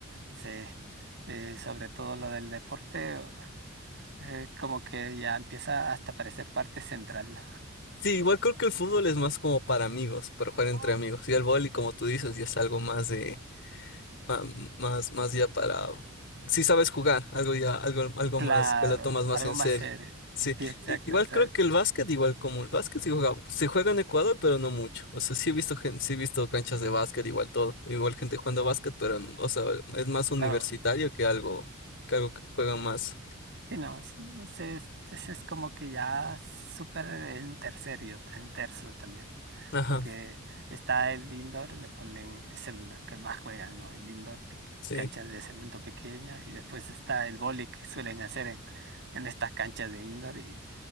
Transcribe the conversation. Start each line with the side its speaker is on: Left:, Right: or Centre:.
Right: sí eh, sobre todo lo del deporte, eh, como que ya empieza hasta a parecer parte central,
Left: Sí, igual creo que el fútbol es más como para amigos, para jugar entre
Right: ¿no?
Left: amigos. Y el vóley, como tú dices, ya es algo más de, ma- más, más ya para, si sabes jugar, algo ya, algo, algo
Right: Claro,
Left: más que lo tomas más
Right: algo
Left: en
Right: más
Left: serio.
Right: serio.
Left: Sí,
Right: Sí, exacto,
Left: I- igual
Right: exacto.
Left: creo que el básquet, igual como el básquet se juega, se juega en Ecuador, pero no mucho. O sea, sí he visto gen- sí he visto canchas de básquet, igual todo, igual gente jugando básquet, pero, o sea, es más universitario
Right: Claro.
Left: que algo, que algo que juegan más.
Right: Sí, no, sí, ese es, ese es como que ya súper en tercerio, en terzo también,
Left: Ajá.
Right: porque está el indoor, le ponen, es el que más juegan, ¿no? El indoor, pe-
Left: Sí.
Right: canchas de cemento pequeña, y después está el vóley que suelen hacer en, en estas canchas de indoor, y,